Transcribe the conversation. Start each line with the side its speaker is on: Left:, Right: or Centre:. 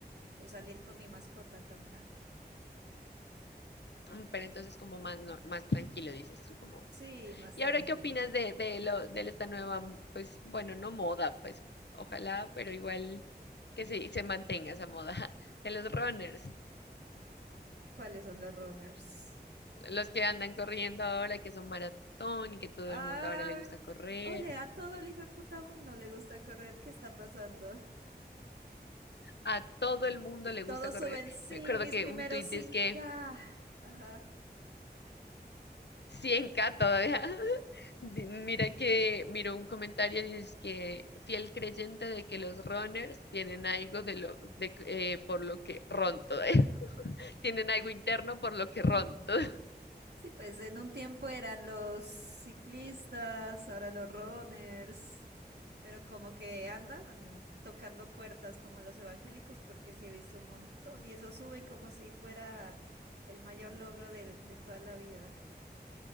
Right: o salir con mi mascota a caminar.
Left: mm, Pero entonces como más, nor- más tranquilo, dices tú, como...
Right: Sí, más
Left: ¿Y
Right: tranqui.
Left: ahora qué opinas de, de, lo, de esta nueva, mm, pues bueno, no moda, pues ojalá, pero igual que se, se mantenga esa moda <laughs> de los runners?
Right: ¿Cuáles son los runners?
Left: los que andan corriendo ahora, y que son maratón y que todo
Right: Ah,
Left: el mundo ahora le gusta correr.
Right: ole, a todo el hijo de puta mundo le gusta correr. ¿Qué está pasando?
Left: A todo el mundo
Right: Y
Left: le
Right: todos
Left: gusta correr.
Right: suben, sí,
Left: Me acuerdo
Right: mis
Left: que
Right: primeros
Left: un tuit
Right: 5K.
Left: dice que
Right: Ajá.
Left: 100K todavía. <laughs> Di- Mira que, miro un comentario, dice que fiel creyente de que los runners tienen algo de lo, de, que- eh, por lo que ron todavía. <laughs> Tienen algo interno por lo que ron todo.
Right: Sí, pues en un tiempo eran los ciclistas, ahora los runners, pero como que andan tocando puertas como los evangélicos, porque sí he visto un montón y eso suben como si fuera el mayor logro de, de toda la vida.